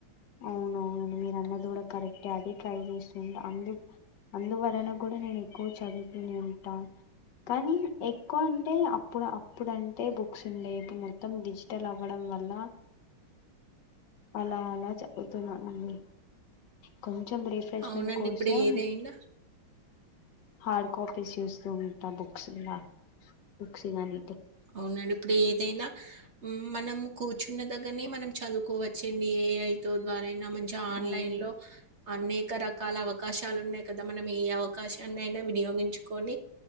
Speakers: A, on the left (about 60°); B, on the right (about 50°).
A: అవునవునండి మీరు అన్నది కూడా కరెక్టే అదే ట్రై చేస్తుంట. అందు అందువలన కూడా నేను ఎక్కువ చదువుతూనే ఉంట. కానీ, ఎక్కువ అంటే అప్పుడు అ ఇప్పుడంటే బుక్స్ ఉండే ఇపు మొ తం డిజిటల్ అవ్వడం వల్ల అలా అలా పోతున్న ఉండు కొ చం రిఫ్రెష్మెంట్
B: అవునండి.
A: కోసం
B: ఇప్పుడు ఏదైనా
A: హార్డ్ కాపీస్ చూస్తూ ఉంట బుక్స్లా బుక్స్ కాని
B: అవునండి ఇప్పుడు ఏదైనా మనం కూర్చున్న దగ్గరనే మనం చదువుకోవచ్చండి ఏ ఐ. తో ద్వారైనా మంచిగ ఆన్లైన్లో
A: అవును
B: అనేక రకాల అవకాశాలు ఉన్నాయి కదా మనం ఏ అవకాశాన్ని అయిన వినియోగించుకొని